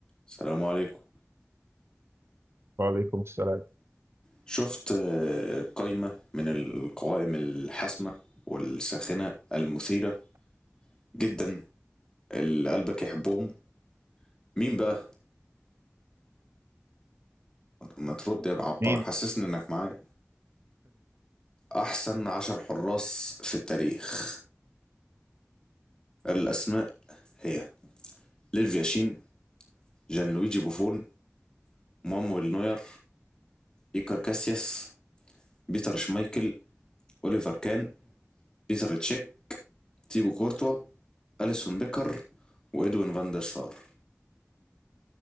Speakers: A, on the left; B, on the right.
A: السلام عليكم
B: وعليكم السلام
A: شفت آه، قائمة من القوائم الحاسمة والساخنة المثيرة جدا اللي قلبك يحبهم مين بقى؟ ما ترد يا عبار
B: مين
A: حسسني انك معايا أحسن عشر حراس في التاريخ الأسماء هي ليف ياشين جان لويجي بوفون مانويل نوير إيكار كاسياس بيتر شمايكل أوليفر كان بيتر تشيك تيبو كورتوا أليسون بيكر وإدوين فاندر سار